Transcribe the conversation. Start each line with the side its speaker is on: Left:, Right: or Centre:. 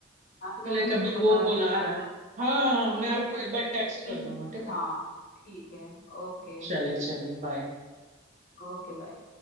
Right: क्योंकि
Left: अच्छा
Right: लाइक
Left: मेरे
Right: अभी
Left: को बता
Right: वो बुला
Left: देना
Right: रहा
Left: ऐसा
Right: है हाँ हाँ हाँ
Left: कोई
Right: मैं
Left: भी
Right: आपको
Left: हेल्प
Right: एक बार टेक्स्ट
Left: चाहिए तो
Right: कर
Left: इसमें-
Right: दूंगा ठीक है
Left: हाँ ठीक है ओके
Right: चलिए चलिए बाय
Left: Okay bye